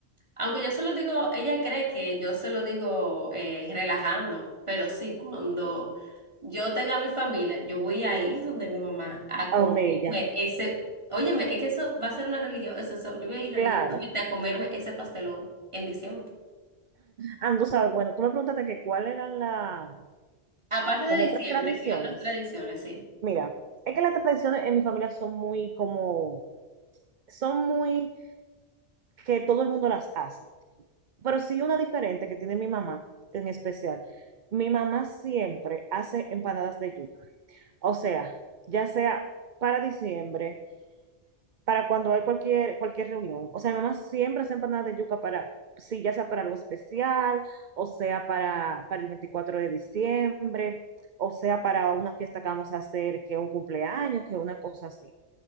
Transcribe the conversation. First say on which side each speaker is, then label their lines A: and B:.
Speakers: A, on the right; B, on the right.
A: Aunque yo se lo digo, ella cree que yo se lo digo eh, relajando, pero sí, cuando yo tenga mi familia, yo voy a ir donde mi mamá a
B: ¿a
A: comerme
B: dónde ella?
A: ese, óyeme, es que eso va a ser una religión, eso, eso, yo voy a ir religiosamente
B: Claro.
A: a comerme ese pastelón en diciembre.
B: Ah, no, tú sabes, bueno, tú me preguntaste que cuáles eran las,
A: Aparte de
B: como otras
A: diciembre
B: tradiciones.
A: y otras tradiciones, sí.
B: Mira, es que las tradiciones en mi familia son muy como, son muy que todo el mundo las hace. pero sí una diferente que tiene mi mamá en especial. Mi mamá siempre hace empanadas de yuca. O sea, ya sea para diciembre, para cuando hay cualquier, cualquier reunión. O sea, mi mamá siempre hace empanadas de yuca para, sí, ya sea para algo especial, o sea, para, para el 24 de diciembre, o sea, para una fiesta que vamos a hacer, que un cumpleaños, que una cosa así.